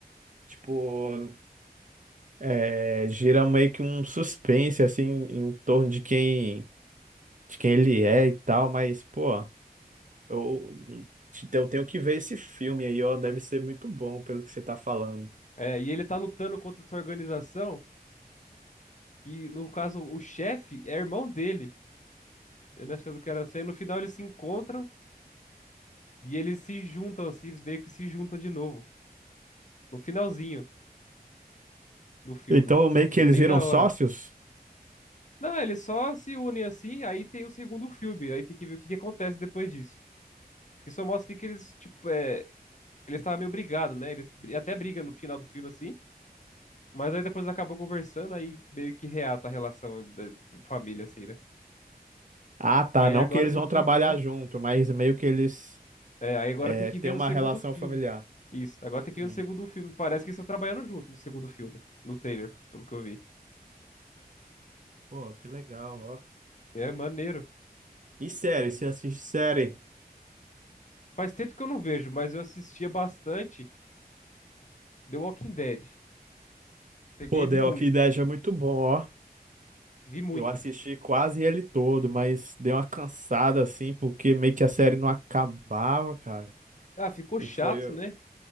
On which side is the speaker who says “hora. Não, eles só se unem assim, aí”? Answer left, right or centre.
Left